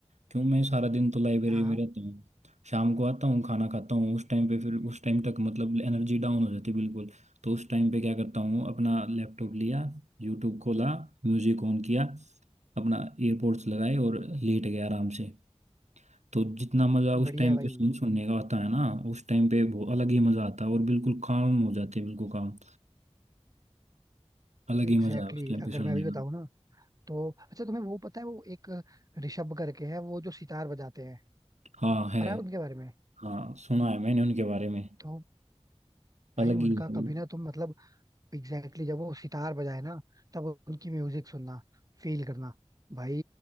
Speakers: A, on the right (about 85°); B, on the right (about 30°).
A: क्यों मैं सारा दिन तो लाइब्रेरी
B: हाँ
A: में रहता हूँ शाम को आता हूँ खाना खाता हूँ उस टाइम पे फिर उस टाइम तक मतलब एनर्जी डाउन हो जाती है बिल्कुल तो उस टाइम पे क्या करता हूँ अपना लैपटॉप लिया यूट्यूब खोला म्यूजिक ऑन किया अपना एयरपोर्ट्स लगाए और लेट गया आराम से तो जितना मज़ा उस
B: बढ़िया
A: टाइम
B: है भाई
A: पे सुन सुनने का आता है ना उस टाइम पे वो अलग ही मज़ा आता है और बिल्कुल काम हो जाते हैं बिल्कुल काम अलग
B: Exactly
A: ही मजा है उस
B: exactly.
A: टाइम पे
B: अगर
A: सुनने
B: मैं अभी बताऊँ
A: का
B: ना तो अच्छा तुम्हें वो पता है वो एक ऋषभ करके है वो जो सितार बजाते हैं
A: हाँ है
B: पता है उनके बारे में
A: हाँ सुना है मैंने उनके बारे में
B: तो
A: अलग
B: भाई उनका
A: ही है वो।
B: कभी ना तुम मतलब एग्जैक्टली exactly, जब वो सितार बजाए ना तब उनकी म्यूजिक सुनना फील करना भाई